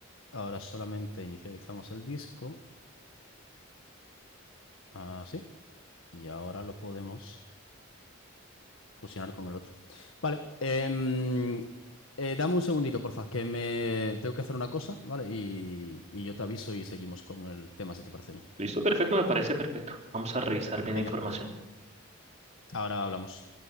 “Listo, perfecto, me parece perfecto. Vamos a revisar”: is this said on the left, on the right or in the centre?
Right